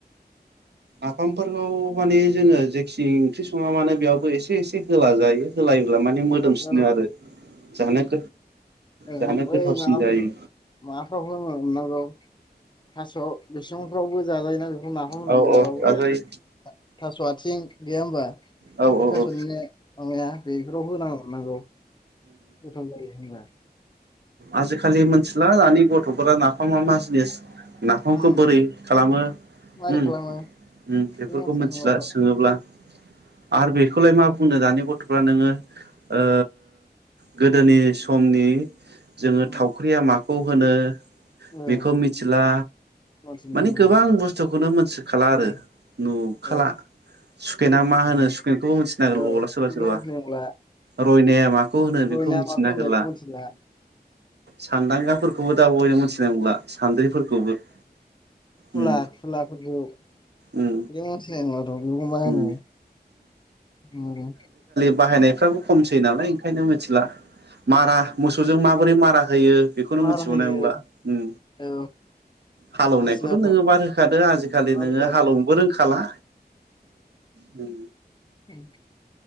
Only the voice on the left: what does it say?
औ
औ
ए
ओमफ्राय
<unintelligible>
थास' बिसंफ्रावबो जाजायो ना जों नाखौ होनानै
जाब्ला
बोरै
जागोनथाय थास' आथिं गैया होमब्ला
बे
थास'निनो
माबाया बेफोराव होना हरनांगौ गोथाव जायो होमब्ला
उम
मारै
खालामो बे
मानसिया
नुबाथ' औ
औ
औ
मानसि
नुनायाव
उम
औ
उम।
औ बेखौ
मिथिनाय नंला
रयना
माखौ होनो
बेखौ मिथिला
फुला
फुलाफोरबो <unintelligible>
बेखौबा
मा बुङो
मार
होयो
औ
मिथिलाथ'
मार
रोगा
रोगा
ए